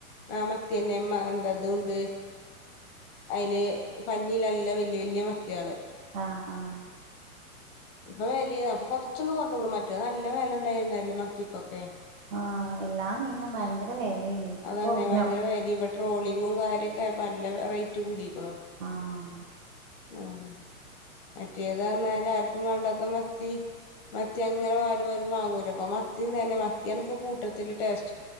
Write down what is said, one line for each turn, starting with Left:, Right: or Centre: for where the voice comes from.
Left: ആ മത്തിതന്നെ എന്താതുണ്ട് അയില് പഞ്ഞിയിലല്ല വലിയ വലിയ മത്തിക്കള്
Right: ആഹ് ആഹ്
Left: ഇപ്പൊ വെലിം അപ്പൊ കൊറച്ചൊന്നു കൊറഞ്ഞുകുണു മറ്റത് നല്ല വെല ഉണ്ടായിരുന്നല്ലോ മത്തിക്കൊക്കെ
Right: ആഹ് എല്ലാ മീൻനും ഭയങ്കര വെലേനി ഇപ്പൊ
Left: അതന്നെ
Right: കൊറഞ്ഞോ
Left: ഭയങ്കര വെലിം ഇപ്പം ട്രോളിങ്ങും കാര്യൊക്കെ ആയപ്പം നല്ല റേറ്റ് കൂടിക്ണു
Right: ആഹ്
Left: അതാണെ മറ്റേത് പറഞ്ഞാല് ആർക്കും വേണ്ടാത്ത മത്തി മത്തി അങ്ങനെ ആരു ആരും വാങ്ങൂല ഇപ്പം മത്തിം തന്നെ മത്തിയാണ് ഇപ്പ കൂട്ടത്തില് ടേസ്